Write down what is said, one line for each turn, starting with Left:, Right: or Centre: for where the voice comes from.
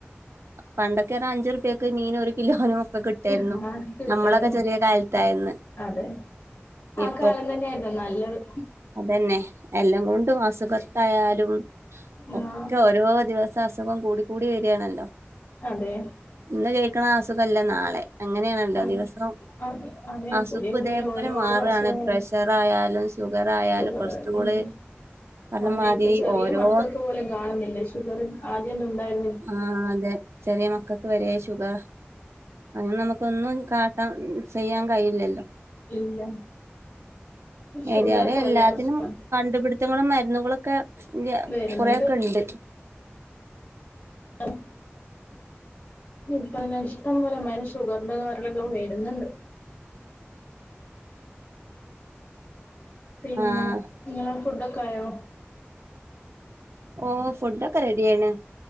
Right: പണ്ടൊക്കെ അഞ്ചുർപ്പിയ്ക്ക് മീൻ ഒരു കിലോനും ഒക്കെ കിട്ടായിരുന്നു.
Left: ആ, കിട്ടായിരുന്നു
Right: നമ്മളൊക്കെ ചെറിയ കാലത്തായിരുന്നു.
Left: അതെ. ആ
Right: ഇപ്പൊ
Left: കാലം തന്നെയായിരുന്നു നല്ലത്.
Right: അതന്നെ എല്ലാംകൊണ്ടും അസുഖത്തായാലും
Left: ആ
Right: ഒക്കെ ഓരോ ദിവസം അസുഖം കൂടി കൂടി വരികണല്ലോ.
Left: അതെ.
Right: ഇന്ന് കേൾക്കണ ആസുഖല്ല നാളെ അങ്ങനെയാണല്ലോ
Left: അത്
Right: ദിവസം.
Left: അത് അതെ
Right: അസുഖ
Left: പുതിയ പുതിയ
Right: ഇതേപോലെ
Left: ഓരോ
Right: മാറുകയാണ്
Left: അസുഖങ്ങൾ
Right: പ്രഷറ ആയാലും ഷുഗർ ആയാലും
Left: ഷുഗർ
Right: കൊളസ്ട്രോള്
Left: ഉം
Right: പറഞ്ഞ
Left: അതെ
Right: മാതിരി
Left: ഇപ്പ ചെറിയ
Right: ഓരോ
Left: മക്കക്ക് പോലും കാണുന്നില്ലെ ഷുഗറ് ആദ്യൊന്നും ഉണ്ടായി
Right: ആഹ് അതെ ചെറിയ മക്കക്ക് വരെ ശുഗറാ അയിന് നമുക്കൊന്നും കാ ട്ടം ചെയ്യാൻ കഴിയില്ലല്ലോ.
Left: ഇല്ല ഷുഗറൊക്കെ
Right: ഏതായാലും
Left: വല്ലാത്ത
Right: എല്ലാത്തിനും
Left: അസുഖാണ്
Right: കണ്ടുപിടുത്തങ്ങളും മരുന്നുകളൊക്കെ
Left: വരുന്നുണ്ട്
Right: കുറേ ഒക്കെ ഇണ്ട്.
Left: <unintelligible> ഇപ്പതന്നെ ഇഷ്ടം പോലെ <unintelligible> ഷുഗർന്റെ <unintelligible> വര്ന്ന്ണ്ട് പിന്നെ
Right: ആഹ്
Left: ഇങ്ങളെ ഫുഡൊക്കെ ആയോ.
Right: ഓഹ് ഫുഡൊക്കെ റെഡിയായിണ്.